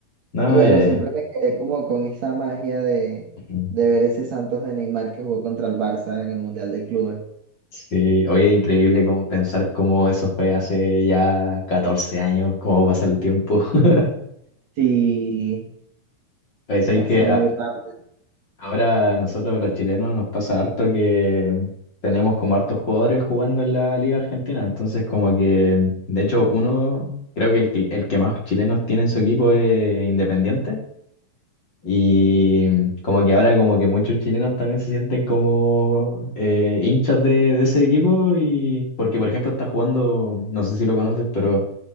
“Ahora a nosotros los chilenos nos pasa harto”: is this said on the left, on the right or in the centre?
Left